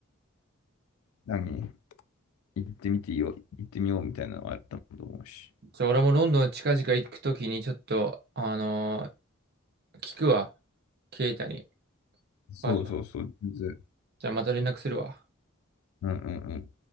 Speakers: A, on the left; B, on the right.
A: 何、行ってみていいよ、行ってみようみたいなのがあったと思うし。
B: じゃあ俺もロンドン近々行くときにちょっと、あのー聞くわ。ケイタに。
A: そうそうそう、
B: 場所
A: 全然。
B: じゃあまた連絡するわ。
A: うんうん